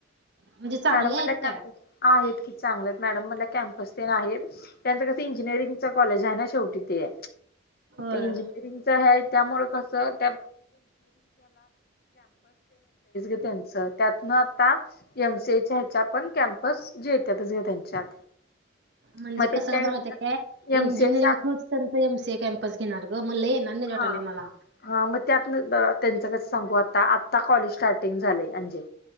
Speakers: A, on the right; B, on the left.
A: म्हणजे चांगले
B: मॅडम म्हणल्या
A: आहेत
B: कॅमपस
A: काय?
B: आहेत, कि चांगल्या मॅडम म्हणल्या कॅम्पस तेन आहेत. त्यांतर कस इंजिनिअरिंगच कॉलेज आहे ना शेवटी ते,
A: होय
B: इंजिनिअरिंग <unintelligible> ताइच घे त्यांच त्यातन आता एम सी एच्या ह्याच्या पण कॅम्पस ज येतातच त्यांच्यात.
A: म्हणजे
B: मग त्यांनी
A: कसं
B: काय
A: माहित
B: करतात
A: काय
B: एमसीएच्या
A: इंजिनिअरिंग थ्रू त्यांच एम सी ए कॅम्पस घेणार. <unintelligible>
B: हा
A: मला.
B: हा म नंदा त्यांच कस सांगू आता, आता कॉलेज स्टार्टिंग झालंय अंजे